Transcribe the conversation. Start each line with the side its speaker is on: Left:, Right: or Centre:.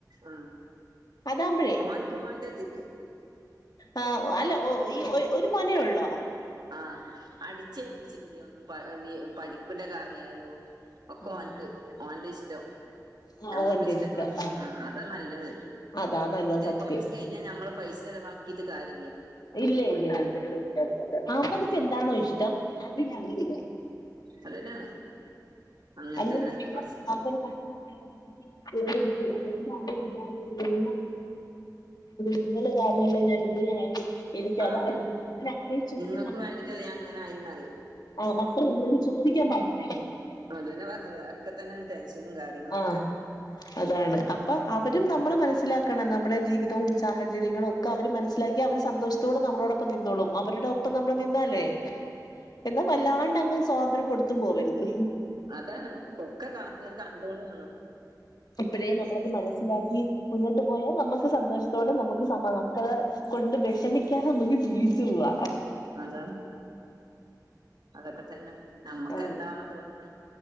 Right: ആഹ്
Left: അതാകുമ്പഴേ
Right: അവ അൻക്കോ ആണ്ടത് ഇേ
Left: ആ അല്ല ഈ ഒരു മേന ഉള്ളോ
Right: ആഹ് അടിച്ചേൽപ്പിച്ചിട്ടില്ല ഒന്നും പഠിപ്പിന്റെ കാര്യയാലോ ഒക്കോ
Left: ഉം
Right: അവൻക്ക്
Left: ഉം
Right: ഓൻ്റെ ഇഷ്ടം
Left: ആ
Right: നമ്മുക്ക്
Left: ഓന്റെ
Right: ഇഷ്ടങ്ങ
Left: ഇഷ്ടം
Right: ആ അതാ നല്ലത്
Left: അതാ നല്ല
Right: മറ്റേ
Left: സത്യം
Right: കുറച്ച് കഴിഞ്ഞാൽ നമ്മൾ പൈസ ചിലവാക്കിട്ട് കാര്യ
Left: ഇല്ല ഇല്ല <unintelligible> എന്താണോ ഇഷ്ടം അതി വിട
Right: അതന്നെയാണ് അങ്ങനെ
Left: അല്ലെങ്കിൽ
Right: തന്നെ
Left: പിന്നെ
Right: കൊറച്ച്
Left: <unintelligible> <inaudible> നിങ്ങൾ കാരണല്ലേ ഞാൻ. അങ്ങനെ എനിക്കതായിരുന്നു
Right: ആഹ് അതന്നെ
Left: അങ്ങനെ അങ്ങനെ ഒരു ചോദ്യം
Right: നിങ്ങൾക്ക്
Left: നമ്മക്ക്‌
Right: വേണ്ടിട്ടല്ലേ ഞാൻ അങ്ങനെ ആയിന്നറിയും
Left: ആഹ് മക്കള് ഇളോട് ചോദിക്കാൻ പാടില്ല.
Right: അതന്നെ പറഞ്ഞത് അതൊക്കെ തന്നെ ടെൻഷനും കാര്യങ്ങളും ഒക്കെ.
Left: ആഹ് അതാണ് അപ്പം അവരും നമ്മളെ മനസ്സിലാക്കണം. നമ്മുടെ ജീവിതവും സാഹചര്യങ്ങളും ഒക്കെ അവര് മനസ് മനസ്സിലാക്കി അവര് സന്തോഷത്തോടെ നമ്മളോടൊപ്പം നിന്നോളും. അവരുടെ ഒപ്പം നമ്മള് നിന്നാലേ. എന്നാ വല്ലാണ്ട് അങ്ങ് സ്വാതന്ത്ര്യം കൊടുത്തും പോവരുത്.
Right: അതാണ് ഒക്കെ കണക്ക്‌ ഒരു കണ്ട്രോള് വേണം.
Left: ഇപ്പൊഴേ നമ്മളത് മനസ്സിലാക്കി മുന്നോട്ട് പോയാൽ നമുക്ക് സന്തോഷത്തോടെ നമുക്ക് സമാദാനം കെ കൊണ്ട് വിഷമിക്കാതെ നമുക്ക് ജീവിച്ചു പോവാം.
Right: അതാ അതൊക്കെ തന്നെ നമ്മക്ക്
Left: ആ
Right: എന്താണോ തോന്നു ന്നെ